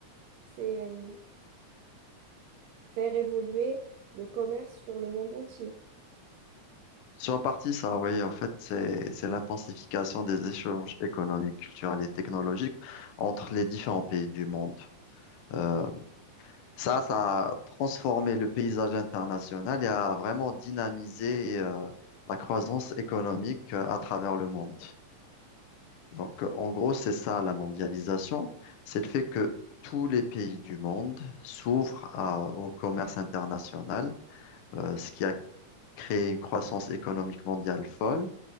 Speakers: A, on the right; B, on the left.
A: c'est euh, faire évoluer le commerce sur le monde entier.
B: C'est en partie ça, oui. En fait, c'est, c'est l'intensification des échanges économiques, culturels et technologiques entre les différents pays du monde. Euh, ça, ça a transformé le paysage international et a vraiment dynamisé euh, la croissance économique euh, à travers le monde. Donc, en gros, c'est ça la mondialisation, c'est le fait que tous les pays du monde s'ouvrent à- au commerce international, euh, ce qui a créé une croissance économique mondiale folle.